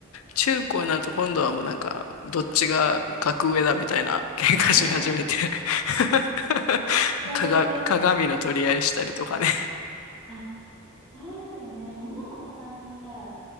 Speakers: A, on the left; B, in the centre.
A: 中高になると今度はもうなんかどっちが格上だみたいな喧嘩し始めて
B: <laughs>
A: <laughs>
B: なるほど。
A: 鏡、鏡の取り合いしたりとかね。
B: あ、そうですよね。女の子さんに人いたら、